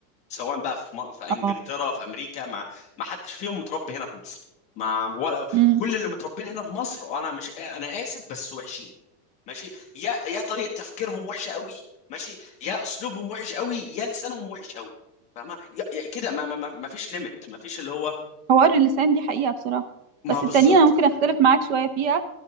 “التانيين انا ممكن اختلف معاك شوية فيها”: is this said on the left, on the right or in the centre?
Right